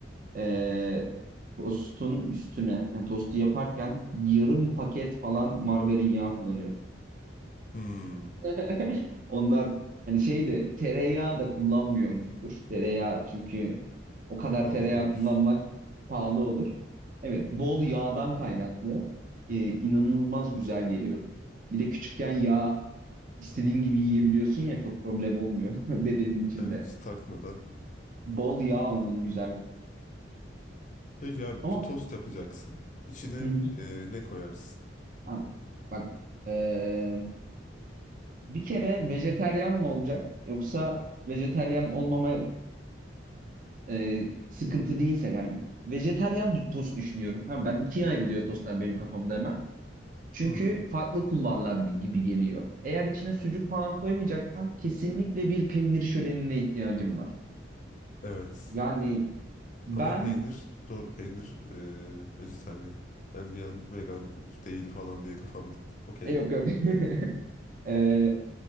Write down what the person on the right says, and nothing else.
e, tostun üstüne, yani tostu yaparken yarım paket falan margarin yağı kullanıyorsun.
<laughs> Onlar hani şey de tereyağı da kullanmıyormuştur. Tereyağı çünkü o kadar
tereyağı
kullanmak pahalı olur. Evet, bol yağdan kaynaklı e, inanılmaz güzel geliyor. Bir de küçükken yağ istediğin gibi yiyebiliyorsun ya çok problem olmuyor <laughs> bedenin içinde.
Bol yağ onun güzel. kısmı.
Ama
hı hı.
Abi, bak eee, bir kere vejeteryan mı olacak yoksa vejeteryan olmama eee, sıkıntı değilse yani vejeteryan tost düşünüyorum. Tamam ben ikiye ayrılıyor tostlar benim kafamda hemen. Çünkü
farklı kulvarlar bi- gibi geliyor. Eğer içine sucuk falan koymayacaksan kesinlikle bir peynir şölenine ihtiyacım var.
Yani ben
e, yok yok. <laughs> Eee,